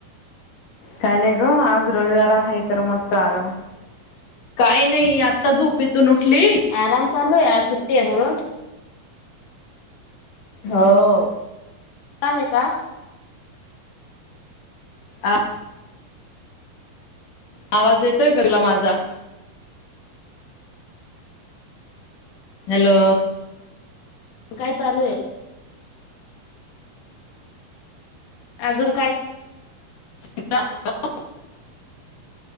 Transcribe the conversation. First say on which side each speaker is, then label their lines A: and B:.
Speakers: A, on the left (about 65°); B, on the left (about 75°).
A: काय नाही ग आज रविवार आहे तर मस्त आराम काय नाही आत्ता झोपतून उठली.
B: आराम चालू आहे सुट्टी आहे म्हणून
A: हो.
B: काम का?
A: अ आवाज येतोय तूला माझा? हॅलो
B: काय चालू आहे? अजून काय?
A: श <unintelligible>